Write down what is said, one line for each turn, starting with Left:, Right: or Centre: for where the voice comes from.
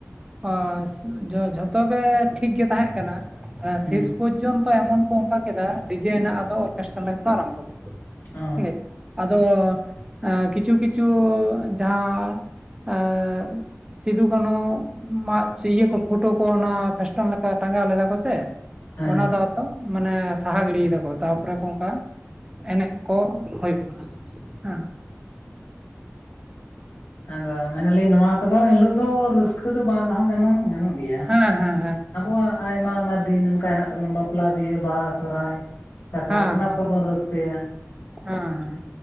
Right: ᱯᱟᱥ ᱡᱷᱚᱛᱚ ᱜᱮ ᱴᱷᱤᱠ ᱜᱮ ᱛᱟᱦᱮᱸ ᱠᱟᱱᱟ ᱟᱱᱮ
Left: ᱦᱩᱸ
Right: ᱥᱮᱥ ᱯᱩ ᱡᱚᱱᱛᱚ ᱮᱢᱚᱱ ᱠᱚ ᱚᱱᱠᱟ ᱠᱮᱫᱟ ᱰᱤᱢᱮ ᱮᱱᱮ ᱟᱫᱚ ᱚᱨᱠᱮᱥᱴᱟᱨ ᱞᱮᱠᱟ ᱠᱚ ᱟᱨᱟᱢᱵᱷᱚ ᱠᱮᱫᱟ
Left: ᱚ
Right: ᱦᱮᱸ ᱟᱫᱚ ᱮᱸ ᱠᱤᱪᱷᱩ ᱠᱤᱪᱷᱩ ᱡᱟᱦᱟ ᱮ.. ᱫ ᱥᱤᱫᱩ ᱠᱟᱹᱱᱩᱟᱜ ᱢᱟ ᱤᱭᱟᱹ ᱠᱚ ᱯᱷᱳᱴᱳ ᱠᱚ ᱚᱱᱟ ᱯᱷᱮᱥᱴᱚᱱ ᱞᱮᱠᱟ ᱴᱟᱸᱜᱟᱣ ᱞᱮᱫᱟ ᱠᱚᱥᱮ
Left: ᱦᱮᱸ
Right: ᱚᱱᱟ ᱫᱚ ᱟᱫᱚ ᱢᱟᱱᱮ ᱥᱟᱦᱟ ᱜᱤᱰᱤᱭ ᱮᱫᱟᱠᱚ ᱛᱟᱨᱯᱚᱨᱮ ᱠᱚ ᱚᱱᱠᱟ ᱮᱱᱮᱡ ᱠᱚ ᱦᱩᱭᱩᱜ ᱠᱟᱱᱟ ᱦᱮᱸ
Left: ᱟᱫᱚ ᱢᱮᱱᱱᱟᱞᱤᱧ ᱱᱚᱣᱟ ᱠᱚᱫᱚ ᱮᱱᱦᱤᱞᱳᱜ ᱫᱚ ᱨᱟᱹᱥᱠᱟᱹ ᱫᱚ ᱵᱟᱝ ᱨᱮᱦᱚᱸ ᱜᱟᱱ ᱜᱟᱱᱚᱜ ᱜᱮᱭᱟ
Right: ᱦᱮᱸ ᱦᱮᱸ ᱦᱮᱸ
Left: ᱟᱵᱚᱣᱟᱜ ᱟᱭᱢᱟ ᱟᱭᱢᱟ ᱫᱤᱱ ᱚᱱᱠᱟ ᱦᱮᱱᱟᱜ ᱛᱟᱵᱚᱱᱟ ᱵᱟᱯᱞᱟ ᱵᱤᱦᱟᱹ ᱵᱟᱦᱟ ᱥᱚᱨᱦᱟᱭ ᱥᱟᱠᱨᱟᱛ
Right: ᱦᱮᱸ
Left: ᱚᱱᱟ ᱠᱚᱨᱮ ᱵᱚ ᱨᱟᱹᱥᱠᱟ. ᱭᱟ
Right: ᱦᱮᱸ ᱦᱮᱸ